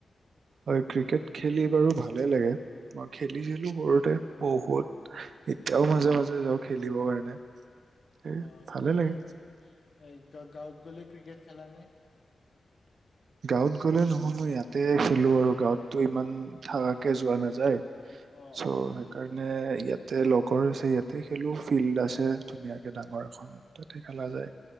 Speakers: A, on the right; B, on the left.
A: হয় ক্ৰিকেট খেলি বাৰু ভালে লাগে। মই খেলিছিলো সৰুতে, বহুত এতিয়াও মাজে মাজে যাওঁ খেলিবৰ কাৰণে সেই
B: অ
A: ভালে
B: তুমি এনেই
A: লাগে
B: এ গাঁৱত গলে ক্ৰিকেট খেলা নে?
A: গাঁৱত গলে নহুনো ইয়াতে খেলো আৰু গাঁৱততো ইমান থাকাকে যোৱা নাযায়
B: অ
A: চ
B: অ
A: সেইকাৰণে ইয়াতে লগৰ আছে ইয়াতে খেলো, ফিল্ড আছে ধুনীয়াকে ডাঙৰ এখন তাতে খেলা
B: অ
A: যায়